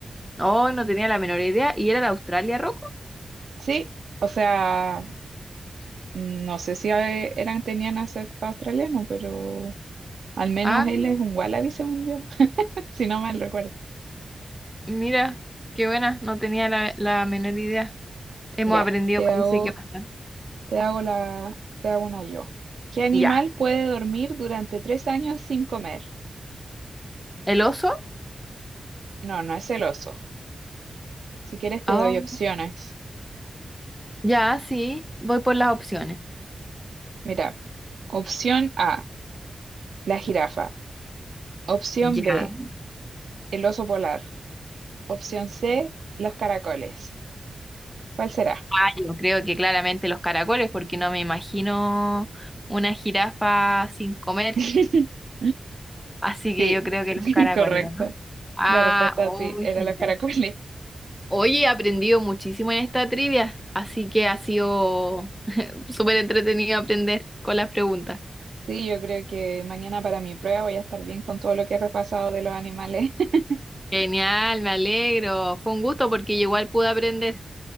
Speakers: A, in the centre; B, on the right (about 80°).
A: No, no tenía la menor idea. ¿Y era de Australia, Rocco?
B: Sí, o sea, no sé si eh, eran, tenían acento australiano, pero al menos
A: Ah, mira,
B: él es un wallaby, según yo, <laughs> si no mal recuerdo.
A: mira, qué buena, no tenía la, la menor idea. Hemos
B: Ya,
A: aprendido,
B: te
A: parece
B: hago,
A: que bastante.
B: te hago la, te hago una yo. ¿Qué animal
A: Ya,
B: puede dormir durante tres años sin comer?
A: ¿el oso?
B: No, no es el oso. Si quieres te
A: Ah,
B: doy opciones.
A: Ya, sí, voy por las opciones.
B: Mira, opción A, la jirafa. Opción
A: Ya.
B: B, el oso polar. Opción C, los caracoles. ¿Cuál será?
A: Ah, yo creo que claramente los caracoles, porque no me imagino una jirafa sin comer.
B: <laughs>
A: Así que
B: Sí,
A: yo creo que
B: <laughs>
A: los caracoles,
B: correcto.
A: ¿o ¿no? Ah,
B: La respuesta
A: uy
B: sí, era
A: genial.
B: los caracoles.
A: Oye, he aprendido muchísimo en esta trivia, así que ha sido <laughs> súper entretenido aprender con las preguntas.
B: Sí, yo creo que mañana para mi prueba voy a estar bien con todo lo que he repasado de los animales. <laughs>
A: Genial, me alegro. Fue un gusto porque yo igual pude aprender.